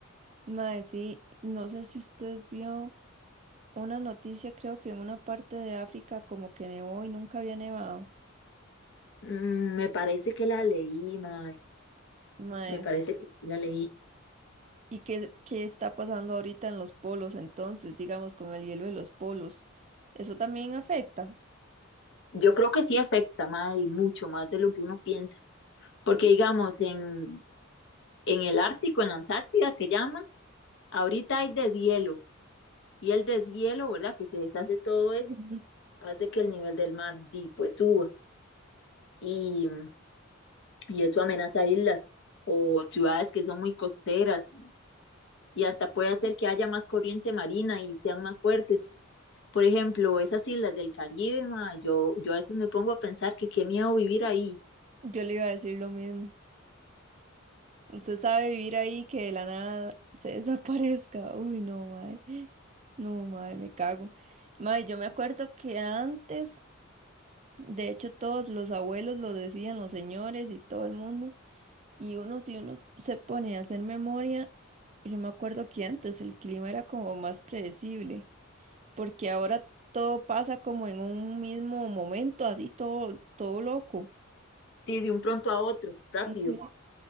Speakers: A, on the right; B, on the left.
A: Mae, sí, no sé si usted vio una noticia, creo que en una parte de África como que nevó y nunca había nevado.
B: Mm, me parece que la leí, mae,
A: Mae,
B: me parece
A: s-
B: que sí la leí.
A: ¿y qué, qué está pasando ahorita en los polos entonces, digamos, con el hielo de los polos? ¿Eso también afecta?
B: Yo creo que sí afecta, mae, y mucho más de lo que uno piensa, porque digamos, en, en el Ártico, en la Antártida, que llaman, ahorita hay deshielo, y el deshielo, ¿verdad? Que se deshace todo eso,
A: Ujú.
B: hace que el nivel del mar, di, pues suba. y y eso amenaza islas o ciudades que son muy costeras y hasta puede hacer que haya más corriente marina y sean más fuertes. Por ejemplo, esas islas del Caribe, ma, yo, yo a veces me pongo a pensar que qué miedo vivir ahí,
A: Yo le iba a decir lo mismo. Usted sabe vivir ahí que de la nada se <laughs> desaparezca. Uy, no, mae. No, mae, me cago. Mae, yo me acuerdo que antes De hecho, todos los abuelos lo decían, los señores y todo el mundo. Y uno, si uno se pone a hacer memoria, yo me acuerdo que antes el clima era como más predecible, porque ahora todo pasa como en un mismo momento, así todo, todo loco.
B: sí, de un pronto a otro, rápido,
A: Ujú,